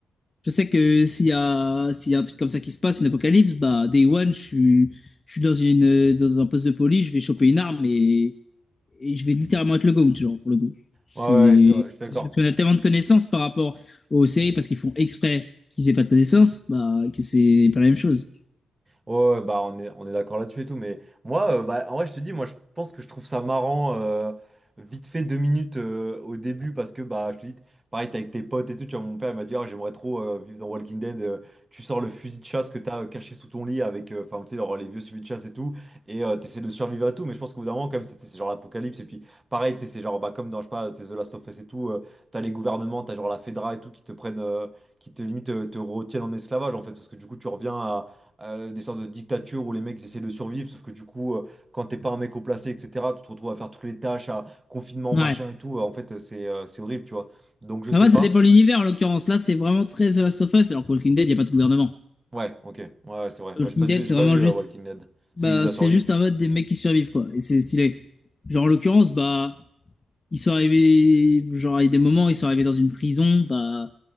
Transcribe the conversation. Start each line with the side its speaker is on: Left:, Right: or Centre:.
Left: Je sais que s'il y a s'il y a un truc comme ça qui se passe, une apocalypse, bah day one, je suis je suis dans une dans un poste de police, je vais choper une arme et et je vais littéralement être le GOAT, genre, pour le coup. C'est.
Right: ouais, ouais, c'est vrai, je suis d'accord.
Left: Parce qu'on a tellement de connaissances par rapport aux séries, parce qu'ils font exprès qu'ils aient pas de connaissances, bah, que c'est pas la même chose.
Right: Ouais, ouais, bah on est, on est d'accord là-dessus et tout, mais moi, euh, bah, en vrai, je te dis, moi, je pense que je trouve ça marrant, euh, vite fait deux minutes euh, au début, parce que, bah, je te dis, pareil, t'es avec tes potes et tout, tu vois, mon père, il m'a dit, Ah, j'aimerais trop euh, vivre dans Walking Dead, euh, tu sors le fusil de chasse que t'as euh, caché sous ton lit avec, euh, enfin, tu sais, genre, les vieux fusils de chasse et tout, et euh, t'essaies de survivre à tout, mais je pense qu'au bout d'un moment, quand même, c'est c'est genre l'apocalypse, et puis, pareil, tu sais, c'est genre, bah, comme dans, je sais pas, tu sais, The Last of Us et tout, euh, t'as les gouvernements, t'as genre la Fedra et tout, qui te prennent, euh, qui te limite, euh, te retiennent en esclavage, en fait, parce que du coup, tu reviens à euh, des sortes de dictatures où les mecs ils essaient de survivre, sauf que du coup, euh, quand t'es pas un mec au placé, etc., tu te retrouves à faire toutes les tâches, à confinement,
Left: Ouais.
Right: machin et tout. euh, En fait, euh, c'est euh, c'est horrible, tu vois. Donc, je sais
Left: Après,
Right: pas.
Left: ça dépend de l'univers, en l'occurrence. Là, c'est vraiment très The Last of Us, alors que Walking Dead, il n'y a pas de gouvernement.
Right: Ouais, ok, ouais, ouais, c'est vrai. Moi,
Left: Walking
Right: j'ai pas vu,
Left: Dead,
Right: j'ai
Left: c'est
Right: pas
Left: vraiment
Right: vu
Left: juste.
Right: euh, Walking Dead.
Left: Bah,
Right: C'est juste de la
Left: c'est
Right: survie.
Left: juste un mode des mecs qui survivent, quoi. Et c'est stylé. Genre, en l'occurrence, bah. Ils sont arrivés, genre, il y a des moments, ils sont arrivés dans une prison, bah,